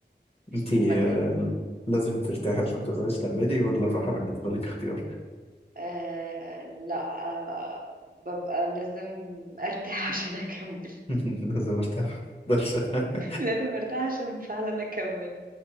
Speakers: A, on the left; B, on the right.
A: أنتي
B: في المكان
A: آه لازم ترتاحي عشان تقدري تكملي ولا الراحة بالنسبة لك اختيار
B: آه لا آه ببقى لازم ارتاح <laughs> عشان اكمل
A: <laughs> لازم أرتاح درس <laughs>
B: لازم ارتاح عشان فعلا اكمل